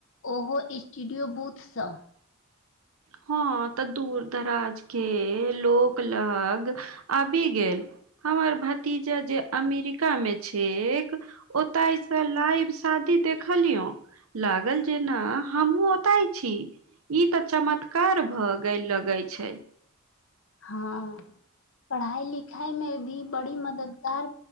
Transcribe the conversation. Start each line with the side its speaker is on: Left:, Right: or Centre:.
Left: ओहो, स्टूडियो बूथसँ।
Right: हँ तऽ, दूर दराजक लोक लग आबि गेल। हमर भतीजा जे अमेरिकामे छै। ओतहिसँ लाइव शादी देखलियौ। लागल जेना हमहूँ ओतय छी, ई तऽ चमत्कार छै। कार भऽ गेल, लगे छै।
Left: हँ पढ़ाइ लिखाइमे भी बड़ी मददगार